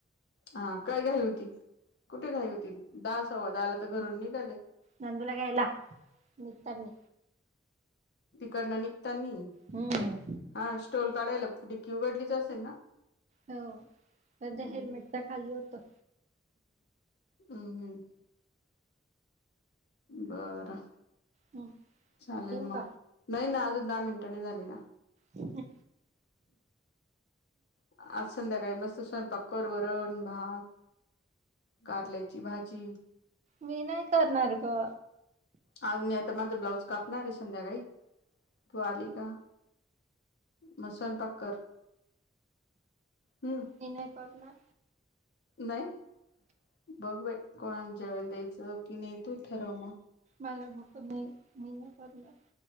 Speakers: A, on the left; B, on the right.
A: हा काय घाई होती कुठे घाई होती दास हवा दाला तर घरून निघाले
B: नंदूलागयला निघताी
A: तिकडनं निघतानी
B: हम्म.
A: हा स्टॉोल काढायला टिक्की उघडलीच असेल ना
B: हो त्यां
A: हम्म
B: हेल्मेट
A: हम्म
B: तर खाली होत
A: हम् हम्म बरं
B: हम्म
A: चालेल
B: ठेवू का?
A: मग नाही ना अजून दहा मिनिटांनी झाली ना
B: हम
A: आज संध्याकाळी मस्त पकर वरण भात कारल्याची भाजी
B: विनायकणारार ग
A: आज मी आता माझ ब्लाउज कापणार आहे संध्याकाळी तू आली का मसनपाकर हम्म
B: नाही नाही पत ना
A: नाही बघ बाई कोणाच्या्या वेळेला द्यायचं कि नेतो ठरवा मग
B: मला भक नाही मी करलं